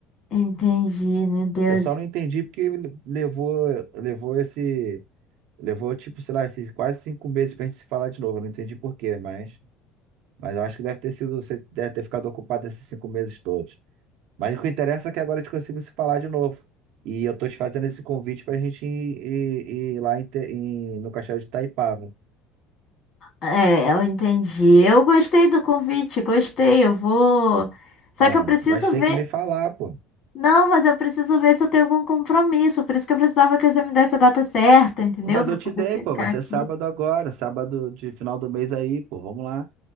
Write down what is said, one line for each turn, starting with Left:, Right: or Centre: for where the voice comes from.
Left: Entendi, meu Deus.
Right: Eu só não entendi porque ele levou, levou esse, levou tipo, sei lá, esses quase cinco meses pra gente se falar de novo. Eu não entendi por quê, mas, mas eu acho que deve ter sido, você deve ter ficado ocupado esses cinco meses todos. Mas o que interessa é que agora a gente consigo se falar de novo. E eu tô te fazendo esse convite pra gente ir, ir- ir lá em Te- em- no Castelo de Itaipava.
Left: É, eu entendi. Eu gostei do convite, gostei. Eu vou. Só
Right: Ah,
Left: que eu preciso
Right: mas tem
Left: ver.
Right: que me falar, pô.
Left: Não, mas eu preciso ver se eu tenho algum compromisso. Por isso que eu precisava que você me desse a data certa, entendeu?
Right: Mas
Left: Pra
Right: eu
Left: poder
Right: te dei,
Left: checar
Right: pô. Vai ser
Left: aqui.
Right: sábado agora, sábado de final do mês aí, pô. Vamos lá.